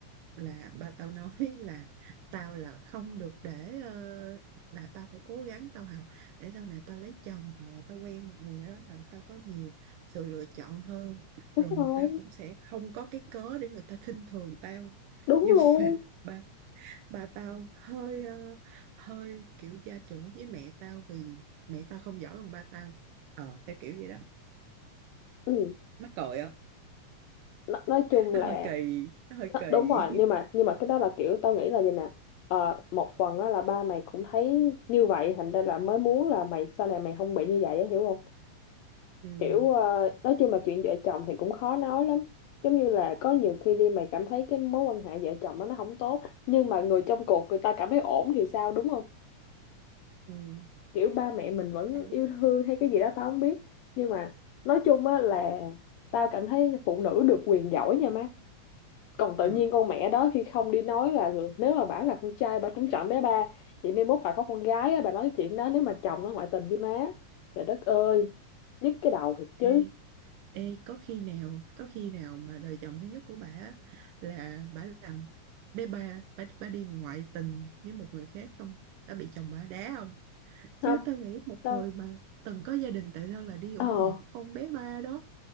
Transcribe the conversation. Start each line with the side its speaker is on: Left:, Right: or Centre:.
Right: là ba tao nói <laughs> là tao là không được để ờ, là tao phải cố gắng tao học để sau này tao lấy chồng hoặc là tao quen một người nào đó là tao có nhiều sự lựa chọn hơn
Left: đúng
Right: rồi người
Left: rồi
Right: ta cũng sẽ không có cái cớ để người ta khinh thường tao
Left: đúng
Right: nhưng
Left: luôn
Right: mà ba ba tao hơi ờ, hơi kiểu gia trưởng với mẹ tao vì mẹ tao không giỏi bằng ba tao ờ theo kiểu vậy đó
Left: ừ.
Right: mắc cười á
Left: nói, nói chung
Right: nó
Left: là
Right: hơi kỳ nó hơi
Left: Đó,
Right: kỳ
Left: đúng rồi
Right: <laughs>
Left: nhưng mà nhưng mà cái đó là kiểu tao nghĩ là gì nè Ờ, một phần á, là ba mày cũng thấy như vậy thành ra là mới muốn là mày sau này mày không bị như vậy á hiểu không
Right: ừ
Left: kiểu ờ, nói chung là chuyện vợ chồng thì cũng khó nói lắm giống như là có nhiều khi đi mày cảm thấy cái mối quan hệ vợ chồng đó nó không tốt nhưng mà người trong cuộc người ta cảm thấy ổn thì sao đúng không
Right: ừ
Left: kiểu ba mẹ mình vẫn
Right: tao biết
Left: yêu thương hay cái gì đó tao không biết nhưng mà nói chung á là tao cảm thấy phụ nữ được quyền giỏi nha má còn tự
Right: ừ
Left: nhiên con mẹ đó khi không đi nói là được. nếu mà bảo là con trai bà cũng chọn bé ba vậy mai mốt bà có con gái á, bà nói chuyện đó nếu mà chồng nó ngoại tình với má trời đất ơi nhức cái đầu thiệt
Right: ê
Left: chứ
Right: Ê, có khi nào có khi nào mà đời chồng thứ nhất của bà là bà làm bé ba bà, bà đi ngoại tình với một người khác không bà bị chồng bà đá không chứ
Left: không
Right: tao nghĩ một
Left: tao
Right: người mà từng có gia đình tại sao là đi ủng
Left: ờ
Right: hộ cái con bé ba đó <laughs>